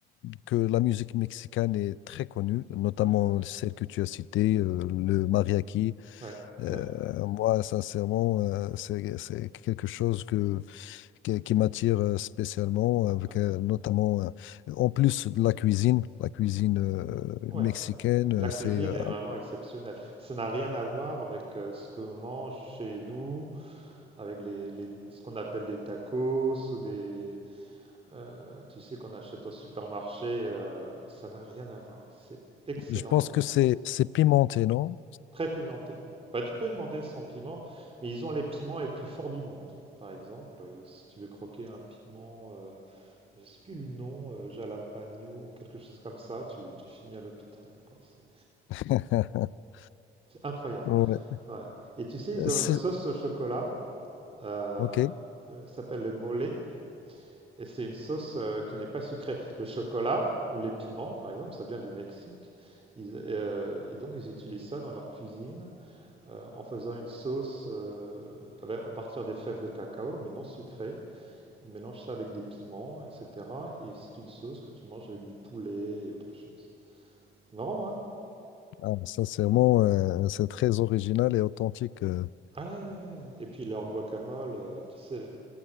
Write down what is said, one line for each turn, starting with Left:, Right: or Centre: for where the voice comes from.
Left: que la musique mexicaine est très connue, notamment
Right: ouais,
Left: celle que tu as citée, euh, le mariachi.
Right: ouais,
Left: Euh,
Right: ouais,
Left: moi, sincèrement, euh, c'est c'est quelque chose que qui, qui m'attire euh, spécialement, avec
Right: ouais,
Left: euh, notamment, euh, en plus de la cuisine, la cuisine euh,
Right: ouais.
Left: mexicaine, euh,
Right: La cuisine
Left: c'est, euh,
Right: est vraiment exceptionnelle. Ça n'a rien à voir avec euh, ce qu'on mange chez nous, avec les, les- ce qu'on appelle des tacos ou des, euh, tu sais, qu'on achète au supermarché. euh, ça n'a rien à voir. C'est excellent
Left: je pense
Right: au
Left: que
Right: Mexique.
Left: c'est c'est pimenté, non?
Right: Très pimenté. Bah, tu peux demander sans piment, mais ils ont les piments les plus forts du monde. Par exemple, euh, si tu veux croquer un piment euh, je sais plus le nom, euh, Jalapagno ou quelque chose comme ça, tu, tu finis à l'hôpital. quoi. C'est
Left: <laughs>
Right: incroyable.
Left: Ouais.
Right: ouais. Et tu sais, ils
Left: C'est-
Right: ont une sauce au chocolat, euh,
Left: Ok.
Right: euh, ça s'appelle le mole, et c'est une sauce euh, qui n'est pas sucrée. Le chocolat ou les piments, par exemple, ça vient du Mexique. Ils, euh, et donc, ils utilisent ça dans leur cuisine euh, en faisant une sauce euh, avec- à partir des fèves de cacao, mais non sucrée. Il mélange ça avec des piments, etc. Et c'est une sauce que tu manges avec du poulet et autre chose. C'est marrant, hein?
Left: Ah, sincèrement, euh, c'est très original et authentique. euh.
Right: Ah ouais, ouais, ouais. Et puis leur guacamole, euh, tu sais, les-